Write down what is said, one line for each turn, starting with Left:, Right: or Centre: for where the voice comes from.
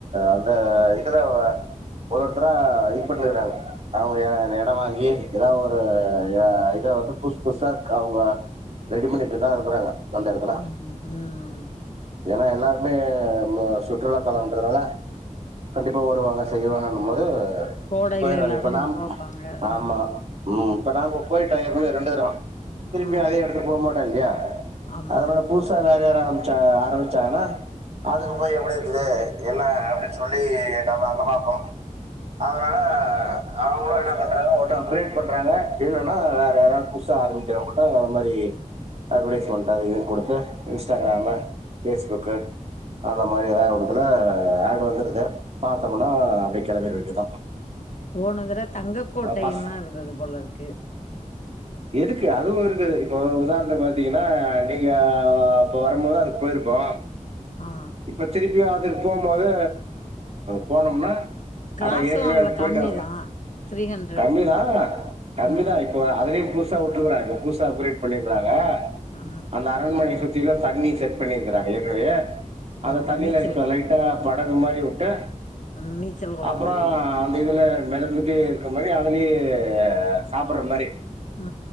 Right: அந்த இதுல ஒரு ஒருத்ரா வெயிட் பண்ணுகிறாங் அவுங்க எ எடோ வாங்கி எதா ஒரு அ இத வந்து புசு புசா க அவுங்க ரெடி பண்ணிட்டு தா இருக்கறாங்க அந்த எடத்துல
Left: ம் ம்
Right: ஏனா எல்லாருமே அ மு சுற்றுலா தலன்றதுனால கண்டிப்பா வருவாங்க செய்வாங்கங்கும்போது
Left: கோடையில
Right: போயர்றாங்க
Left: எல்லாரு
Right: இப்ப நாம்
Left: போப்பாங்க
Right: ஆம்மா
Left: ஆ
Right: ம் இப்ப நா ப்ப போயிட்டே ஏற்கனவே ரெண்டுதரவ திருப்பியு
Left: ஆ
Right: அதே எடத்துக்கு போமாட்டே இல்லையா
Left: ஆமா
Right: அதனால புதுசா வேற யார ஆம்ச்சா ஆரம்பிச்சாங்ன்னா அதுக்கு
Left: ஆ
Right: போய் எப்படி இருக்குது என்ன அப்படின் சொல்லி நம்ம அங்க பாப்போ அதுனால அவுங்களு என்ன பண்றாங்க ஒன்னு அப் க்ரேடு பண்றாங்க இல்லன்னா வேற யாராது புதுசா ஆரம்பிக்கிற ட்ட அது மாரி அட்வடைஸ்மண்ட் அதிகங் குடுத்து இன்ஸ்டாகிராம
Left: ம்
Right: ஃபேஸ்புக்கு அந்த மாரி எதா ஒன்னுத்துல ஏடு வந்துருது பாத்தம்னா அப்டியே கெளம்பிற வேண்டி தா
Left: போன தடவ தங்கக்கோட்டைன்
Right: பஸ்
Left: லா இருந்தது போல இருக்கு
Right: இருக்கு அதுவு இருக்கு இப்போ உதாரணத்துக்கு பாத்தீங்கன்னா நீங்க அப்போ வரும்போது அதுக்கு போயிருப்போ
Left: ஆ
Right: இப்ப திருப்பியு அதுக்கு போம் போது போனம்னா
Left: காசு
Right: அட ஏற்கனவே
Left: அதுல
Right: அதுக் போய்ட்டோ
Left: கம்மிதா த்ரீ ஹண்ட்ரட்
Right: கம்மிதா கம்மிதா
Left: ஆ
Right: இப்போ அதுலயும் பூ சா விட்டுக்கறாரு புதுசா அப்ரேட் பண்ணிட்றாங்க
Left: ஆ
Right: அந்த அரண்மனைய சுத்தி திலு தண்ணி செட் பண்ணிருக்காங்க ஏற்கனவே
Left: ஆ
Right: அந்த தண்ணியில
Left: நீச்சல்
Right: இப்ப
Left: குளோ
Right: லைட் டா படகு மாரி விட்டு
Left: ம் நீச்சல் குளோ
Right: அப்புறோ
Left: மாரி
Right: இதுல மிதந்துட்டே இருக்கிற மாரி அதுலயே சாப்பற மாரி
Left: ஆ